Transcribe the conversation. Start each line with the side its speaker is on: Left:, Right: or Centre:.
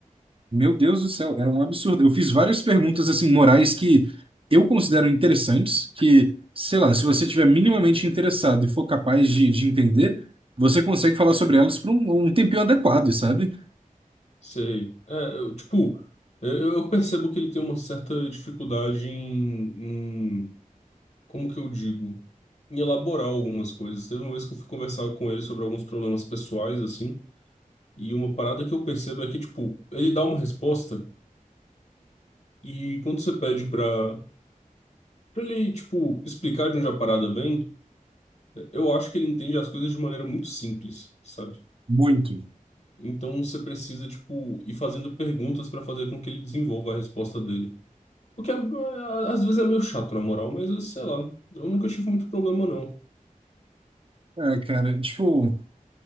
Right: meu Deus do céu, era um absurdo. Eu fiz várias perguntas assim morais que eu considero interessantes, que, sei lá, se você tiver minimamente interessado e for capaz de, de entender, você consegue falar sobre elas por um, um tempinho adequado, sabe?
Left: Sei. É, eu, tipo, eu eu percebo que ele tem uma certa dificuldade em, em- como que eu digo? Em elaborar algumas coisas. Teve uma vez que eu fui conversar com ele sobre alguns problemas pessoais, assim, e uma parada que eu percebo é que, tipo, ele dá uma resposta e quando você pede pra, pra ele, tipo, explicar de onde a parada vem, eu acho que ele entende as coisas de maneira muito simples, sabe?
Right: Muito.
Left: Então você precisa, tipo, ir fazendo perguntas pra fazer com que ele desenvolva a resposta dele. O que é- é, às vezes é meio chato, na moral, mas eu sei lá. Eu nunca tive muito problema, não.
Right: É, cara, tipo,